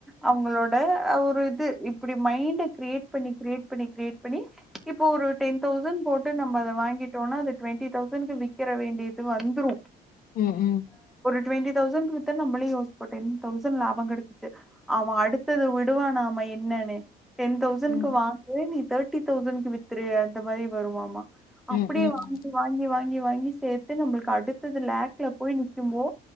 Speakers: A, in the centre; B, on the left (about 60°).
A: அவுங்களோட ஒரு இது இப்டி மைண்ட கிரியேட் பண்ணி கிரியேட் பண்ணி கிரியேட் பண்ணி இப்ப ஒரு டென் தவ்ஷண் போட் டு நம்ம அத வாங்கிட்டோனா அது டுவென்டி தவ்ஷண்ட் வங்கி விக்கர வேண்டியது வந்துரு
B: உம் உம்
A: டுவெண்டி தௌசண்ட்க்கு வித்த நம்மளே யோசிபோ டென் தௌசண்ட் லாபோ கெடச்சிச்சு அவ அடுத்தது விடுவானமா என்னன்னு டென் தௌசண்ட்க்கு
B: ம்.
A: வாங்கு நீ தேர் ட்டி தௌசண்ட்க்கு வித்துரு அந்த மாரி வருமாமா அப்படியே
B: ம், ம்.
A: வாங்கி வாங்கி வாங்கி வாங்கி வாங்கி சேத்து நம்மளுக்கு அடுத்தது லேக்ல போய் நிக்கும்போ